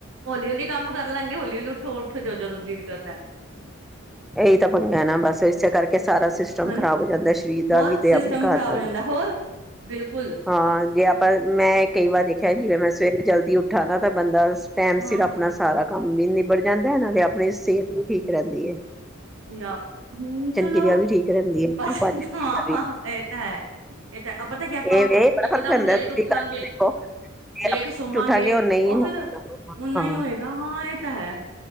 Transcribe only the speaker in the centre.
ਇਹੀ ਤਾਂ ਪੰਗੈ ਐ ਨਾ ਬਸ ਇਸੇ ਕਰਕੇ ਕੇ ਸਾਰਾ ਸਿਸਟਮ
ਖ਼ਰਾਬ ਹੋ ਜਾਂਦੈ ਸਰੀਰ ਦਾ
ਵੀ
ਤੇ ਆਪਣੇ ਘਰ
ਦਾ
ਵੀ।
ਹਾਂ, ਜੇ ਆਪਾਂ ਮੈਂ ਕਈ ਵਾਰ ਦੇਖ ਚਾਏ ਜਿਵੇਂ ਮੈਂ ਸਵੇਰੇ ਜਲਦੀ ਉੱਠਾ ਨਾ ਤਾਂ ਬੰਦਾ ਟੈਮ
ਸਿਰ ਆਪਣਾ ਸਾਰਾ ਕੰਮ ਵੀ ਨਿਬੜ ਜਾਂਦੈ ਨਾਲੇ ਆਪਣੀ ਸਿਹਤ ਵੀ ਠੀਕ ਰਹਿੰਦੀ ਏ।
ਕਿਰਿਆ ਵੀ ਠੀਕ ਰਹਿੰਦੀ ਹੈ
ਪਾਚਨ
ਕਿਰਿਆ ਵੀ
ਇਹ ਇਹ ਬੜਾ
ਫ਼ਰਕ ਪੈਂਦਾ
ਤੁਸੀਂ
ਕਰਕੇ ਦੇਖੋ
ਆਪਣੇ
ਉੱਠਾਂਗੇ ਉਹ ਨਹੀਂ
ਹੋ
ਹਾਂ